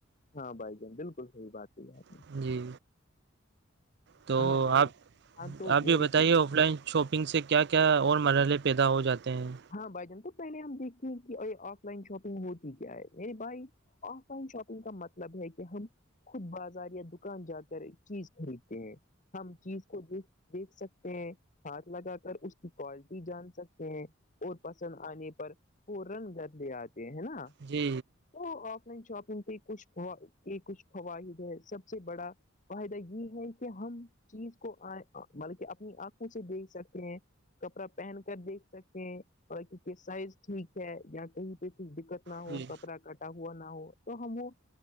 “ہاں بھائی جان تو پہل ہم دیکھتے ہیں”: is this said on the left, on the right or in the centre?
Left